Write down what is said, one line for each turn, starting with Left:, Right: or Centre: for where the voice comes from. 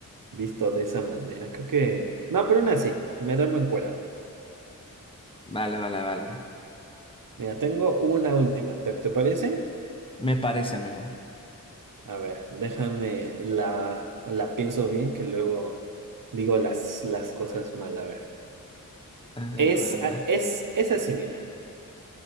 Right: visto de esa manera. Creo que... No, pero aún así, me duermo encuerado.
Left: Vale, vale, vale.
Right: Mira, tengo una última. ¿Te, te parece?
Left: Me parece, amigo.
Right: A ver, déjame la, la pienso bien que luego digo las, las cosas mal. A ver.
Left: A ver,
Right: Es,
Left: a ver, a ver.
Right: a- es, es así, mira.